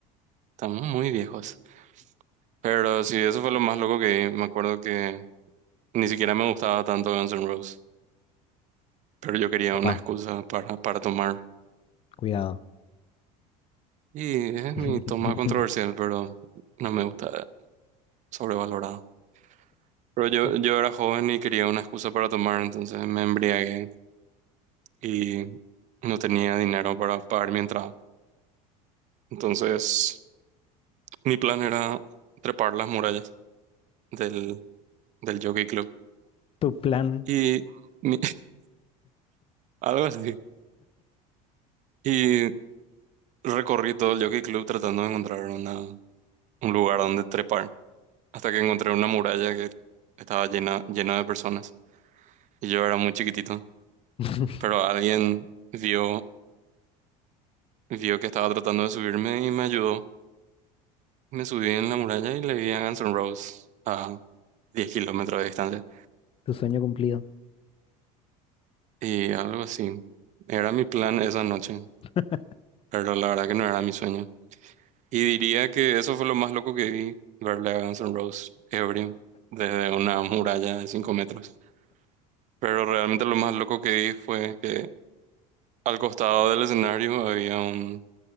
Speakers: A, on the right; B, on the left.
A: Estamos muy viejos. Pero sí, eso fue lo más loco que vi. Me acuerdo que ni siquiera me gustaba tanto Guns N' Roses. Pero yo quería
B: Papá,
A: una excusa para, para tomar.
B: cuidado.
A: Y es
B: <laughs>
A: mi toma controversial, pero no me gusta sobrevalorada. Pero yo,
B: Oh,
A: yo era joven y quería una excusa para tomar, entonces me embriagué y no tenía dinero para pagar mi entrada. Entonces, mi plan era trepar las murallas del del Jockey Club.
B: Tu plan,
A: Y mi- <laughs> algo así. Y recorrí todo el Jockey Club tratando de encontrar una, un lugar donde trepar, hasta que encontré una muralla que estaba llena, llena de personas. Y yo era muy chiquitito,
B: <laughs>
A: pero alguien vio, vio que estaba tratando de subirme y me ayudó. Me subí en la muralla y le vi a Guns N' Roses a 10 kilómetros de distancia.
B: tu sueño cumplido.
A: Y algo así. Era mi plan esa noche,
B: <laughs>
A: pero la verdad que no era mi sueño. Y diría que eso fue lo más loco que vi, verle a Guns N' Roses ebrio desde una muralla de 5 metros. Pero realmente lo más loco que vi fue que al costado del escenario había un